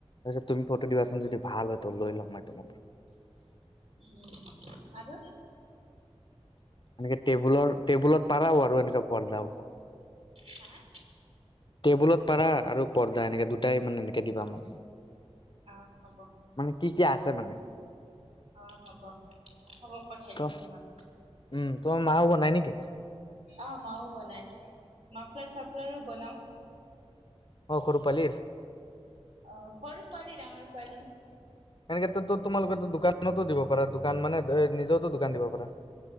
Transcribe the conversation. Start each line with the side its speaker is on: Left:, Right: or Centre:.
Left: তাৰপিছ তুমি ফটো দিবাচোন যদি ভাল হয় ত লৈ ল'ম মই তোমাৰ পৰা
Right: উম আৰু
Left: এনেকে টেবুলৰ টেবুলত পাৰাও আৰু এনেকে পৰ্দাও
Right: হা
Left: টেবুলত পাৰা আৰু পৰ্দা এনেকে দুটাই মানে এনেকে দিবা মোক
Right: অ হ'ব
Left: মানে কি কি আছে মানে
Right: অ হ'ব হ'ব পঠাই
Left: ত
Right: দিম তোমাক
Left: উম তোমাৰ মা ও বনাই নিকি
Right: আ মাও বনাই মাফলাৰ চাফলাৰো বনাও।
Left: অঁ সৰুপালিৰ।
Right: অ সৰু পোৱালি ডাঙৰ পোৱালি।
Left: এনে ক্ষেত্ৰতো তোমালোকেতো দোকানতো দিব পাৰা দোকান মানে নিজৰটো দোকান দিব পাৰা।